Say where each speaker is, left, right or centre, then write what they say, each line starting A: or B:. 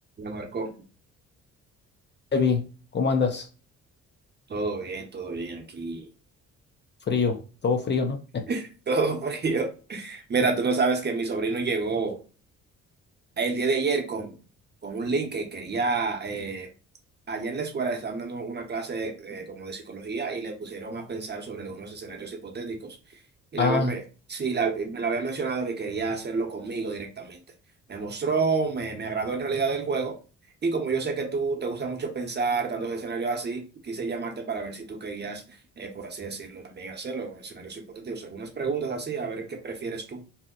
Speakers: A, on the right; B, on the left.
A: Le marcó.
B: Evi, ¿cómo andas?
A: Todo bien, todo bien aquí.
B: Frío, todo frío, ¿no?
A: <laughs> Todo frío. Mira, tú no sabes que mi sobrino llegó. el día de ayer con, con un link que quería, eh, allá en la escuela le estaban dando una clase eh, como de psicología y le pusieron a pensar sobre algunos escenarios hipotéticos. Y la
B: Ah,
A: había me, sí, la- eh, me lo había mencionado que quería hacerlo conmigo directamente. Me mostró, me, me agradó en realidad el juego. Y como yo sé que tú te gusta mucho pensar tantos escenarios así, quise llamarte para ver si tú querías, eh, por así decirlo, también hacerlo con escenarios hipotéticos. Algunas preguntas así, a ver qué prefieres tú.